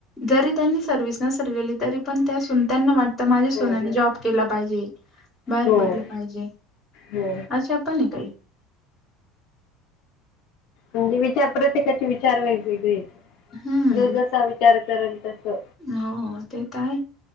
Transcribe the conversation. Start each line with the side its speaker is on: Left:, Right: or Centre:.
Centre: जरी त्यांनी सर्व्हिस नसल केली तरी पण त्यासून त्यांना वाट तर माझ्या सुनेने
Left: म्हणतात
Centre: जॉब केला पाहिजे बाहेर
Left: हो
Centre: पडलं पाहिजे.
Left: हो
Centre: अशा पण आहे काही
Left: म्हणजे विचार प्रत्येकाचे विचार वेगवेगळे येत
Centre: हम्म
Left: जो जसा विचार करेल तसा
Centre: हो ते तर आहे